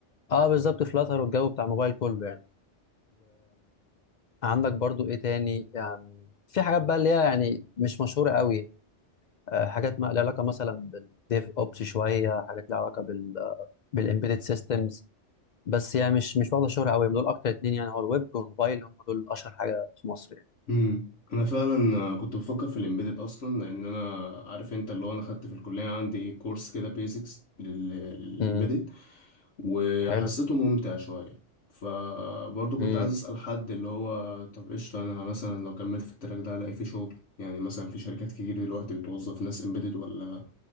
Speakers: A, on the left (about 60°); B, on the left (about 80°).
A: اه بالظبط فلاتر والجو بتاع الموبايل كله يعني عندك برضو ايه تاني يعني في حاجات بقى اللي هي يعني مش مشهوره قوي آه، حاجات ما لها علاقه مثلا بالديف اوبس شويه حاجات لها علاقه بال بالامبيدد سيستمز بس يعني مش مش واخده شهره قوي دول اكتر اتنين يعني هو الويب والموبايل هم دول اشهر حاجه في مصر يعني
B: امم انا فعلا كنت بفكر في الامبيدد اصلا لان انا عارف انت اللي هو انا خدت في الكليه عندي كورس كده بيزكس للامبيدد
A: امم
B: وحسيته
A: حلو
B: ممتع شويه فبرضه كنت
A: امم
B: عايز اسال حد اللي هو طب قشطه انا مثلا لو كملت في التراك ده هلاقي فيه شغل يعني مثلا في شركات كتير دلوقتي بتوظف ناس امبيدد ولا